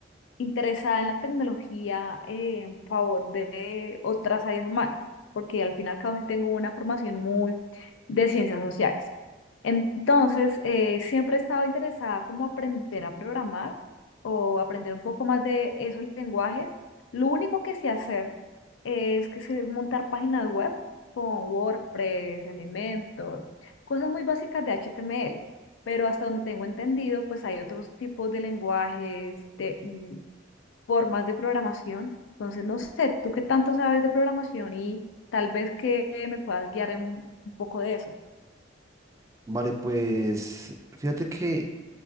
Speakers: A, on the left; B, on the right.
A: interesada en la tecnología eh, en favor de otras áreas humanas, porque al final y al cabo sí tengo una formación muy de ciencias sociales. Entonces, eh, siempre he estado interesada como aprender a programar o aprender un poco más de esos lenguajes. Lo único que sé hacer es que sé montar páginas web con WordPress, Elementor, cosas muy básicas de HTML. Pero hasta donde tengo entendido, pues hay otros tipos de lenguajes de, formas de programación. Entonces, no sé, tú qué tanto sabes de programación y tal vez que me puedas guiar en un, un poco de eso.
B: Vale, pues fíjate que